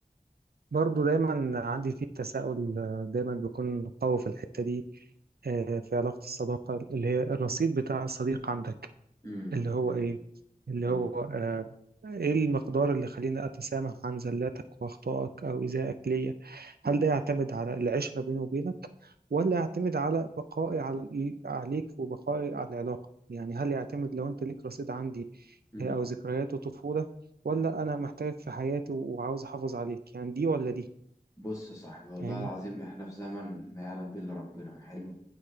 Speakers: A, on the right; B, on the left.
A: برضو دايما عندي فيه تساؤل آه، دايما بيكون قوي في الحتة دي آه، في علاقة الصداقة اللي هي الرصيد بتاع الصديق عندك
B: مم.
A: اللي هو
B: مم.
A: إيه اللي
B: مم.
A: هو آه، إيه المقدار اللي خليني أتسامح عن زلاتك وأخطائك أو إيذائك ليا
B: مم.
A: هل ده يعتمد على العشرة بيني وبينك ولا يعتمد على بقائي على عليك وبقائي على العلاقة يعني هل يعتمد لو أنت ليك رصيد عندي
B: مم.
A: آه، أو ذكريات وطفولة ولا
B: مم.
A: أنا محتاجك في حياتي وعاوز أحافظ عليك يعني دي ولا دي
B: بص يا صاحبي والله
A: فاهمني
B: العظيم احنا في زمن ما يعلم به الا ربنا حلو